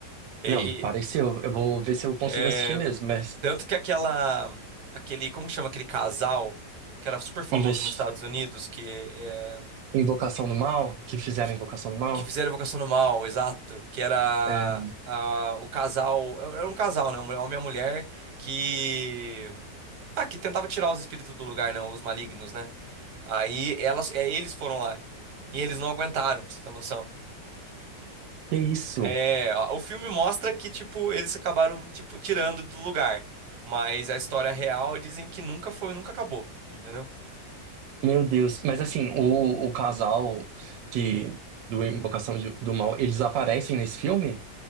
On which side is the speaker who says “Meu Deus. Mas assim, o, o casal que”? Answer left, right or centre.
Right